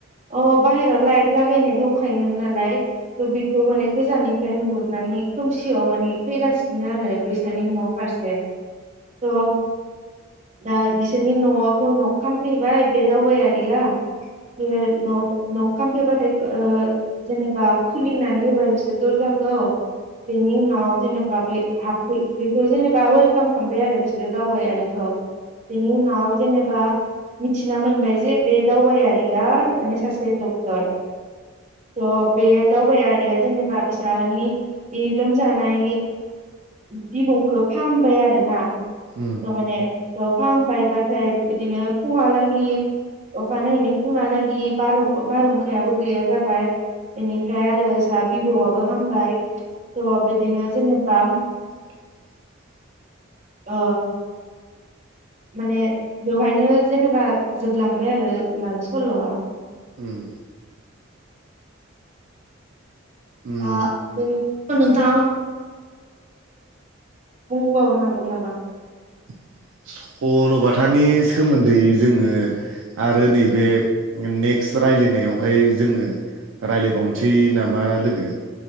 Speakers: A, on the right (about 35°); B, on the right (about 65°).
A: अ बाहेरायाव लाइट लागायनाय दंखायोमोन नालाय थ' बेखौ माने गोजाननिफ्राय नुहुरनानै खोमसियाव माने फैगासिनो आरो बिसोरनि न' फारसे द' दा बिसोरनि न'आखौ न'खफैबाय बे दावबायारिया बे न न' खामफैबाथाय ओ जेनेबा खुलिनानै होबाय बिसोर दरजाखो खौ बेनि उनाव जेनेबा बे हाब फै बेखौ जेनेबा व खालाम खामबाय आरो बिसोरो दावबायारिखौ बेनि उनाव जेनेबा बा मिथिना मोनबाय जे बे दावबायारिया माने सासे डक्टर थ' बे दावबायारिया जेनेबा बिसानि दि लोमजानाय बिबौखौ फाहामबाय आरोना
B: उम
A: थामाने अ फाहामबायबाथाय बिदिनो फुंहालागि अखानायैनि फुंहालागि बारहु-बारहुंखायाबो गैया जाबाय बेनिफ्राय आरो इसा बिब'आबो हामबाय अ बिदिनो जेनेबा
B: <inaudible>
A: अ माने बेवहायनो जेनेबा जोबलांबाय आरो माबा सल'आ
B: उम उम
A: दा <unintelligible> बुंबावनो हागोन नामा
B: <inaudible> सल'बाथानि सोमोन्दै जोङो आरो नैबे नेक्स राय लायनायावहाय जोङो रायलायबावनोसै नामा लोगो।